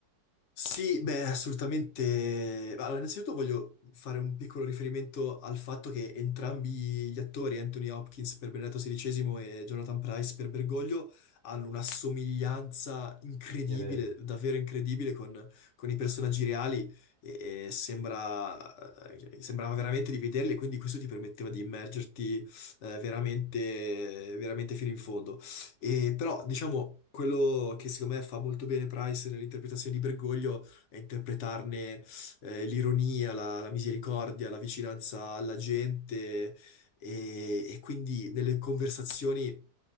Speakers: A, on the left; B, on the right.
A: Sì, beh, assolutamente. Allora, innanzitutto voglio fare un piccolo riferimento al fatto che entrambi gli attori, Anthony Hopkins per Benedetto XVI e Jonathan Price per Bergoglio, hanno una somiglianza incredibile,
B: Sì, è vero,
A: davvero incredibile con, con i personaggi reali e, e sembra, eh, sembrava veramente di vederli e quindi questo ti permetteva di immergerti eh, veramente, veramente fino in fondo. E però, diciamo, quello che secondo me fa molto bene Price nell'interpretazione di Bergoglio è interpretarne eh, l'ironia, la, la misericordia, la vicinanza alla gente e, e quindi nelle conversazioni,